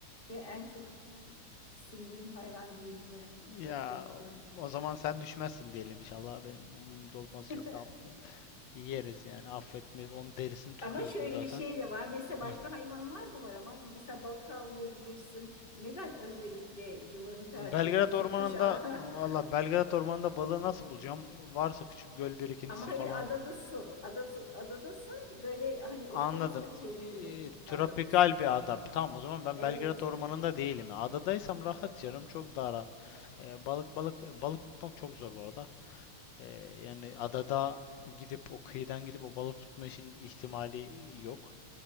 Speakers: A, on the left (about 25°); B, on the left (about 70°).
A: ve en çok tiksindiğim hayvan diyebilirim.
B: Ya
A: Çok korkuyorum.
B: o zaman sen düşmezsin diyelim inşallah. Benim umurumda olmaz
A: <laughs>
B: çok affet. Yeriz yani affetmeyiz. Onun derisini tutuyorsun
A: Ama şöyle
B: zaten.
A: bir şey de var. Mesela
B: Heh.
A: başka hayvanlar da var ama mesela balık avlayabilirsin. Neden özellikle yılanı tercih
B: Belgrad
A: ediyorsun?
B: Ormanı'nda
A: Kuş
B: valla
A: <laughs>
B: Belgrad Ormanı'nda balığı nasıl bulacağım? Varsa küçük göl birikintisi
A: Ama hayır
B: falan.
A: adadasın. Adası, adadasın. Böyle hani okyanusla
B: Anladım.
A: çevrili
B: Ee,
A: bir
B: tropikal
A: adadasın.
B: bir ada. Tamam o zaman ben
A: Evet.
B: Belgrad Ormanı'nda değilim. Adadaysam rahat canım çok daha rahat. Ee, balık balık balık tutmak çok zor bu arada. Ee, yani adada gidip o kıyıdan gidip o balık tutma işinin ihtimali yok.